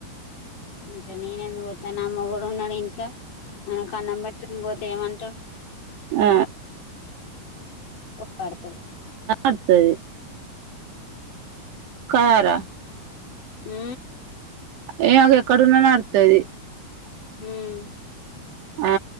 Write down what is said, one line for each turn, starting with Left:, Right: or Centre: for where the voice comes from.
Left: అంట నేను ఎన్న పోతా నా మొగుడు ఉన్నాడు ఇంట్లో ఆయనకు అన్నం పెట్టకపోతే ఏమంటారు
Right: ఆ
Left: ఒప్పడుతుడు
Right: అతుది కారా
Left: హ
Right: ఏ ఒక ఎక్కడున్నా నడ్తది
Left: హుమ్
Right: ఆ